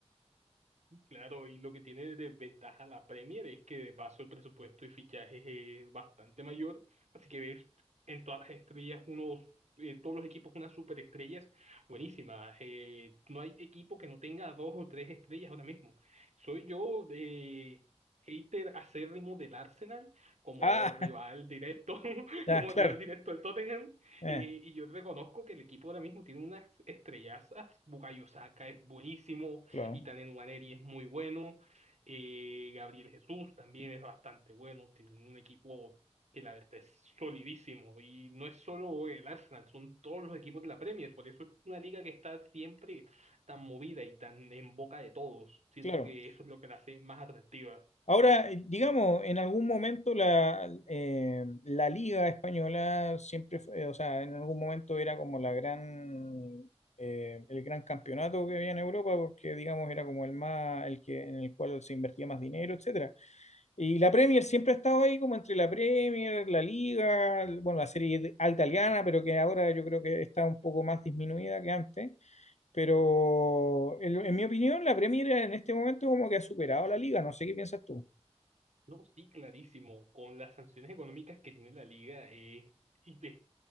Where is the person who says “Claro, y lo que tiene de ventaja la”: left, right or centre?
Right